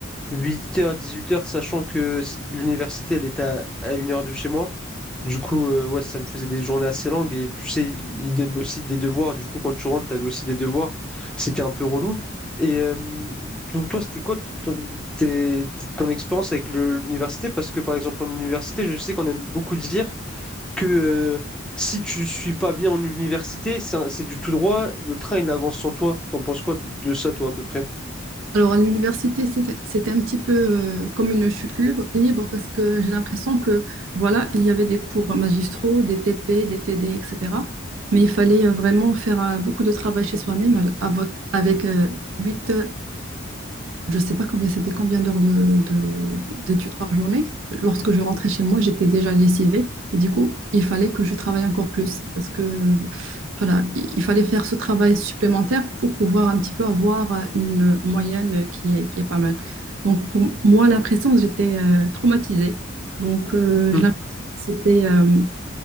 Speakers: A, in the centre; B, on the right.
A: huit heures dix huit heures sachant que s- l'université, elle était à, à une heure de chez moi. Du coup, euh, ouais, ça me faisait des journées assez longues, et tu sais, ils donnent aussi des devoirs. Du coup, quand tu rentres, t'avais aussi des devoirs. C'était un peu relou. Et euh, to- toi, c'était quoi t- ton tes- t- ton expérience avec le- l'université? Parce que, par exemple, en université, je sais qu'on aime beaucoup dire que euh, si tu suis pas bien en université, c'est un- c'est du tout droit, le train il avance sans toi. T'en penses quoi de, de ça, toi, à peu près?
B: Alors, à l'université, c'était c'était un petit peu euh, comme une chute libre, libre parce que j'ai l'impression que, voilà, il y avait des cours magistraux, des TP, des TD, etc. Mais il fallait euh, vraiment faire euh, beaucoup de travail chez soi-même al- avec, avec, 8, je sais pas combien c'était combien d'heures de, de- d'études par journée. Lorsque je rentrais chez moi, j'étais déjà lessivée et du coup, il fallait que je travaille encore plus parce que voilà, il il fallait faire ce travail supplémentaire pour pouvoir un petit peu avoir euh, une moyenne qui est, qui est pas mal. Donc pour moi, la pression, j'étais euh, traumatisée. Donc euh, je
A: Hmm.
B: l'impression que c'était euh,